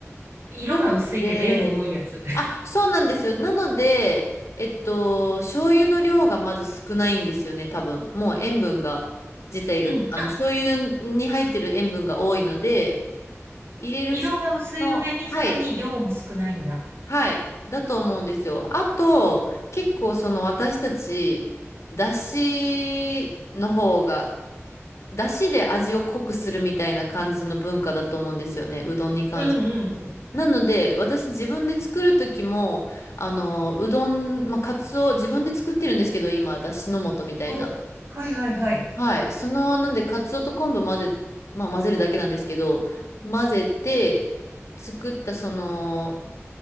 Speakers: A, on the right (about 55°); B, on the left (about 70°).
A: 色が薄いけど塩分多いやつ。
B: なので、
A: <laughs>
B: あ、そうなんですよ。なので、えっと、醤油の量がまず少ないんですよね、多分。もう塩分が、自体が、
A: うん。
B: あの、
A: あ、
B: 醤油に入ってる塩分が多いので、入れる人の、
A: 色が薄い上にさらに量も少ないんだ。
B: はい。はい。だと思うんですよ。あと、結構その私たち、だしの方が、だしで味を濃くするみたいな感じの文化だと思うんですよね。うどんに関して。
A: うんうんうん。
B: なので、私自分で作る時も、あの、うどん、まあ、カツオ、自分で作ってるんですけど、今、だしの素みたいな。
A: お、はいはいはい。
B: はい。その、なんで、カツオと昆布混ぜ、まあ、混ぜるだけなんですけど、混ぜて、作ったその、